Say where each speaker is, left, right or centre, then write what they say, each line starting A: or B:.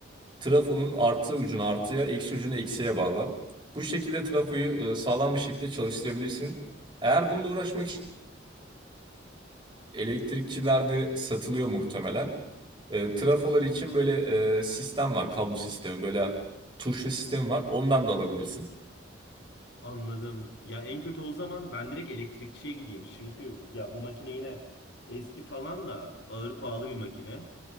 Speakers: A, on the right; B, on the left.
A: trafonun artı ucunu artıya, eksi ucunu eksiye bağla. Bu şekilde trafoyu e, sağlam bir şekilde çalıştırabilirsin. Eğer bununla uğraşmak için elektrikçilerde satılıyor muhtemelen. E, trafoları için böyle e, sistem var, kablo sistemi, böyle tuşlu sistem var. Ondan da alabilirsin.
B: Anladım. Ya en kötü o zaman ben direkt elektrikçiye gideyim. Çünkü ya bu makine yine eski falan da ağır pahalı bir makine.